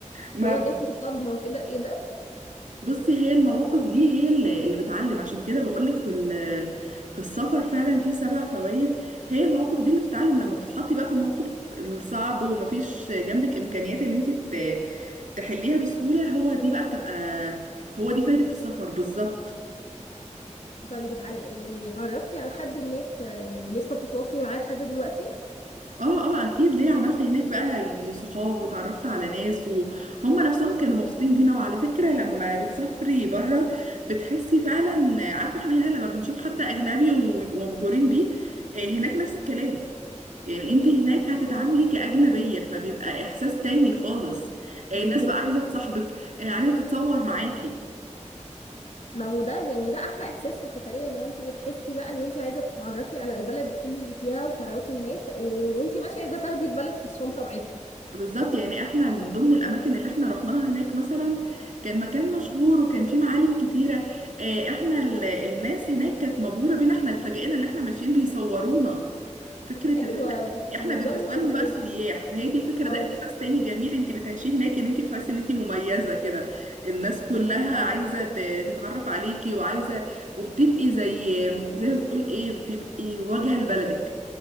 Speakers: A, on the right; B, on the left.
A: ما
B: اللي هو جات لي صدمه كده ايه ده
A: بصي هي المواقف دي هي اللي اللي بتعلم عشان كده بقولك في ال- في السفر فعلا في سبع فوائد هي المواقف دي اللي بتتعلم لما بتتحطي بقى في الموقف الصعب ومفيش جنبك إمكانيات إن انت ت- تحليها بسهولة هو دي بقى بتبقى هو دي فايدة السفر بالظبط
B: طيب اتعل... يعني اتعرفتي على حد هناك آه، يعني لسه بتتواصلي معاه لحد دلوقتي
A: اه اه اكيد ليه عملت هناك بقى يعني صحاب وتعرفت على ناس وهم نفسهم كانوا مبسوطين بينا وعلى فكرة لما بتسافري بره بتحسي فعلا عارفة احنا هنا لما بنشوف حد اجنبي ويبقوا مبهورين بيه آه، هناك نفس الكلام يعني انت
B: آه،
A: هناك هتتعاملي كأجنبية فبيبقى احساس تاني خالص آه،
B: بالظبط
A: الناس بقى عايزة تصاحبك آه، عايزة تتصور معاكي
B: ما هو ده يعني ده احلى احساس في السفريه اللي هو انت بتحسي بقى ان انت عايزه تتعرفي على البلد بكل اللي فيها وتعرفي الناس و- وانت ماشيه عايزه تاخدي البلد في الشنطه معاكي
A: بالظبط يعني احنا من ضمن الاماكن اللي احنا رحناها هناك مثلا كان مكان مشهور وكان فيه معالم كتيره آه، احنا ال- الناس هناك كانت مبهوره بينا احنا اتفاجئنا ان احنا ماشيين بيصورونا فكره
B: ايوه
A: ان احنا
B: انت بالنسبه
A: احنا بالنسبه
B: لهم اجنبيه
A: لهم بقى سياح فهي دي الفكره
B: اه
A: ده احساس تاني جميل انت بتعيشيه هناك ان انت بتحسي ان انت مميزه كده الناس كلها عايزه ت- تتعرف عليكي وعايزه وبتبقي زي زي ما بنقول ايه بتبقي واجهه لبلدك